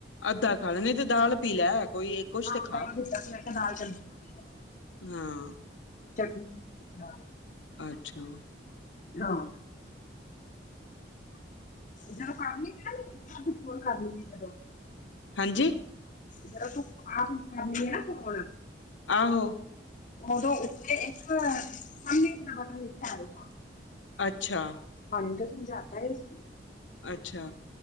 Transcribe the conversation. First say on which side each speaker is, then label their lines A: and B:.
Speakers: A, on the left; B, on the left.
A: ਅੱਧਾ ਖਾ ਲੈ, ਨਹੀਂ ਤੇ ਦਾਲ ਪੀ ਲੈ ਕੋਈ, ਕੁਛ
B: ਹਾਂ
A: ਤੇ ਖਾ
B: ਦਾਲ ਦਿੱਤਾ ਸੀ ਮੈਂ ਕਿਹਾ ਦਾਲ ਚਮਚੇ ਨਾਲ ਪੀ ਲੈ
A: ਹਾਂ।
B: ਚਟਨੀ ਹੁੰਦੀ ਨਾਲ
A: ਅੱਛਾ!
B: ਹਾਂ।
A: ਹਮ <unintelligible>
B: ਜਦੋਂ ਕਰਨੀ <unintelligible> ਕੋਲ ਕਰਨੀ ਹੈ ਜਦੋਂ'।
A: ਹਾਂਜੀ!
B: ਜਦੋਂ ਤੂੰ ਆਪ ਹੀ ਕਰਨੀ ਅ ਨਾ ਫੋਨ।
A: ਆਹੋ।
B: ਓਦੋਂ ਉੱਥੇ ਇੱਕ ਸਬਮਿੰਟ ਦਾ ਬਟਨ ਲਿਖਿਆ ਆਏਗਾ।
A: ਅੱਛਾ।
B: ਹਾਨੁ ਤੇ ਸਮਝਾ ਤਾ ਤੁਸੀ।
A: ਅੱਛਾ।